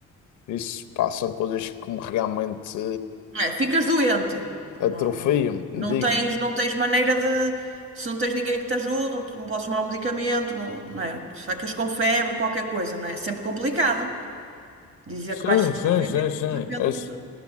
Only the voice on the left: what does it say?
isso pá, são coisas que me realmente
eh,
atrofiam,
digo-te.
Sim,
sim, sim, sim.
Esse,
esse